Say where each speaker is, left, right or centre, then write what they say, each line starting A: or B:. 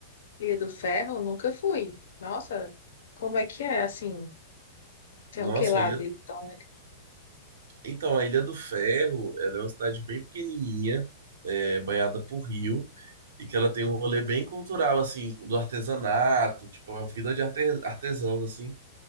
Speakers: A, on the left; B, on the right.
A: Ilha do Ferro, nunca fui. Nossa, como é que é, assim? Tem
B: Nossa,
A: o que lá
B: a Ilha...
A: de tão
B: Então, a Ilha do Ferro, ela é uma cidade bem pequenininha, é, banhada por rio, e que ela tem um rolê bem cultural, assim, do artesanato, tipo, uma vida de arte- artesãos, assim.